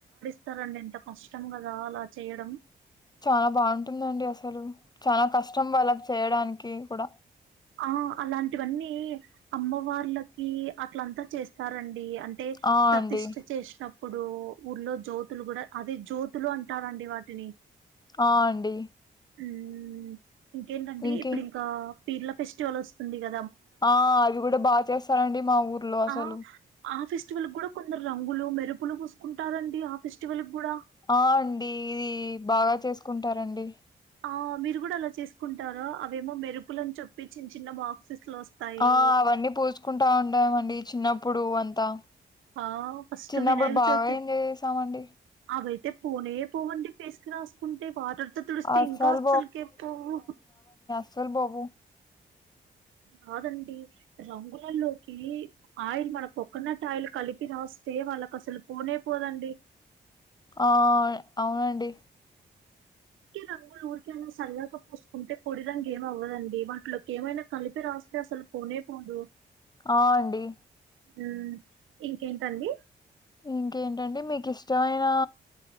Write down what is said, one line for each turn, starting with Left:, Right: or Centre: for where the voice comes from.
Right: సరండి ఎంత కష్టం కదా అలా చెయ్యడం
Left: చాల బాగుంటుందండి అసలు చాల కష్టం వాళ్ళకు చెయ్యడానికి కూడ
Right: ఆఁ అలాంటివన్నీ అమ్మవార్లకి అట్లంతా చేస్తారం డి అంటే
Left: ఆ
Right: ప్రతిష్ట
Left: అండి
Right: చేసిన ప్పుడు ఊర్లో జ్యోతులు కూడ అదే జ్యోతులు అంటారండి వాటిని
Left: ఆఁ అండి
Right: హ్మ్ ఇంకేంటండి
Left: ఇంకే
Right: ఇప్పుడు ఇంకా పీర్ల ఫెస్టివల్ వస్తుంది క
Left: ఆఁ అది కూడ బాగ చేస్తారండి మా ఊర్లో అసలు
Right: ఆఁ ఆ ఫెస్టివల్ కూడ కొందరు రంగులు మెరుపులు పూసుకుంటారండి ఆ ఫెస్టివల్ కూడా
Left: ఆ అండి ఇది బాగ చేసుకుంటారండి
Right: ఆఁ మీరు కూడ అలా చేసుకుంటారా అవేమో మెరుపులని చెప్పి చిన్న చిన్న బాక్సెస్ లో వస్తాయి
Left: ఆఁ అవన్నీ పూసుకుంటా ఉండామండి చిన్నప్పుడు అంతా
Right: ఆ ఫస్ట్
Left: చిన్నప్పుడు
Right: వినాయక
Left: బాగ
Right: చవితి
Left: ఎంజాయ్ చేసామండి
Right: అవైతే పోనే పోవండి ఫేస్ కి రాస్ కుంటే వాటర్తో తుడిస్తే
Left: అస్సలు
Right: ఇంకా అసలికే పోవు
Left: అసల్ బోవు
Right: కాదండి రంగులలోకి ఆయిల్ మన కొకోనట్ ఆయిల్ కలిపి రాస్తే వాళ్ళకి అసలు పోనే పోదండి
Left: ఆఁ అవునండి
Right: ఊరికే రంగులు ఊరికెనే సరదాగా పూసుకుంటే పొడి రంగు ఏమవ్వదండి, వాటిలోకి ఏమైనా కలి పి రాస్తే అసలు పోనే పోదు
Left: ఆ అండి
Right: మ్ఁ ఇంకేంటండి
Left: ఇంకేంటండి మీకు ఇష్టమైనా